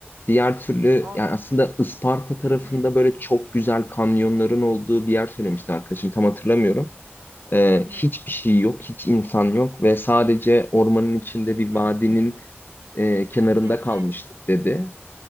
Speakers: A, on the left; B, on the right.
A: diğer türlü
B: o.
A: yani aslında Isparta tarafında
B: Hı hı.
A: böyle çok güzel kanyonların olduğu bir yer söylemişti arkadaşım. Tam hatırlamıyorum. Ee,
B: Hı hı.
A: hiçbir şey yok, hiç insan yok ve sadece ormanın içinde
B: Hı hı.
A: bir vadinin e, kenarında
B: Hı hı.
A: kalmıştık dedi.